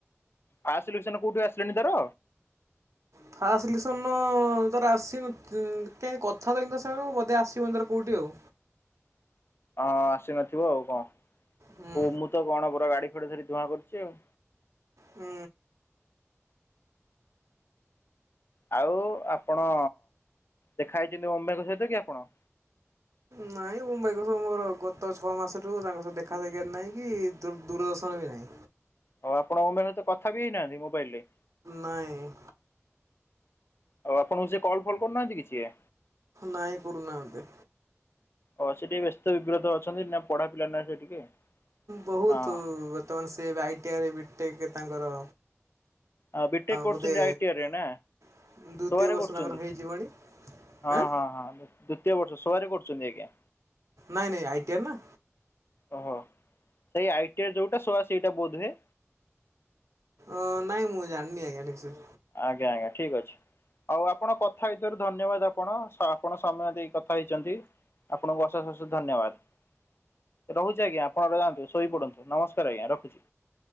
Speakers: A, on the left; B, on the right.
A: ଫାର୍ଷ୍ଟ ସିଲେକ୍ସନ କୋଉଠି ଆସିଲେଣିି ତାର?
B: ଫାଷ୍ଟ ସିଲେକ୍ସନ ତା ର ଆସିନ ତ କାଇଁ କଥା ହେଇନି ତା ସାଙ୍ଗରେ ବୋଧେ ଆସିବନି ତାର କାଉଟି ଆଉ।
A: ହ। ହଁ ଆସିନଥିବ ଆଉ ଙ୍କ?
B: ହୁଁ
A: ଓ ମୁଁ ତ କଣ ପୂରା ଗାଡି ଫାଡ଼ି ଧରି ଧୂଆଁ କରୁଚି ଆଉ।
B: ହୁଁ।
A: ଆଉ ଆପଣ ଦେଖା ହେଇଚନ୍ତି <unintelligible> ଙ୍କ ସହିତ କି ଆପଣ?
B: ନାଇ। ଏ ମୁଁ ମେଘ ଫେଗ ମୋର ଗତ ଛଅ ମାସଠୁ ତାଙ୍କ ସହ ଦେଖା ସାକ୍ଷାତ ନାହିଁ କି ଦୂ ଦୂରଦର୍ଶନ ବି ନାହିଁ।
A: ହଉ ଆପଣଙ୍କ ମାନେ ତ କଥା ବି ହେଇନାହାନ୍ତି ମୋବାଇଲିରେ।
B: ନାହିଁ।
A: ଆଉ ଆପଣଙ୍କୁ ସେ କଲ୍ ଫଲ କରୁନାହାନ୍ତିକି କିଛି ହେ
B: ନାଇଁ କରୁନାହାନ୍ତି।
A: ହ ସେଠିକି ବ୍ୟସ୍ତ ବିବ୍ରତ ଅଛନ୍ତି ନା ପଢା ପିଲା ନା ସେ ଟିକେ।
B: ବହୁତ
A: ହଁ
B: ବର୍ତ୍ତମାନ ସିଏ ଏବେ ଆଇଟିଆଇରେ ବିଟେକ୍ ତାଙ୍କର
A: ହଁ ବିଟେକ କରୁଚନ୍ତିି
B: ବୋଧେ
A: ଆଇଟିଆଇରେ ନା।
B: ଦ୍ୱିତୀୟ
A: ସୋଆ ରେ
B: ବର୍ଷ
A: କରୁଚନ୍ତି
B: ତାଙ୍କର ହେଇଯିବଣି
A: ହଁ
B: ଆଁ
A: ହଁ ହଁ। ଦ୍ଵିତୀୟ ବର୍ଷ ସୋଆ ରେ କରୁଚନ୍ତି ଆଜ୍ଞା।
B: ନାଇଁ ନାଇଁ ଆଇଟିଆ ନା।
A: ଓହୋ ସେଇ ଆଇଟିଆଇ ଯୋଉଟା ସୋଆ ସେଇଟା ବୋଧ ହୁଏ।
B: ଅ ନାଇ ମୁଁ ଜାଣନି ଆଜ୍ଞା ଠିକ୍ ସେ।
A: ଆଜ୍ଞା ଆଜ୍ଞା ଠିକ ଅଛି। ଆଉ ଆପଣ କଥା ହେଇଥିବାରୁ ଧନ୍ୟବାଦ ଆପଣ ସ ଆପଣ ସମୟ ଦେଇ କଥା ହେଇଚନ୍ତି। ଆପଣଙ୍କୁ ଅଶେଷ ଅଶେଷ ଧନ୍ୟବାଦ ରହୁଚି ଆଜ୍ଞା ଆପଣଙ୍କ ଯାଆନ୍ତୁ ଶୋଇ ପଡନ୍ତୁ ନମସ ତର ଆଜ୍ଞା ରଖୁଚି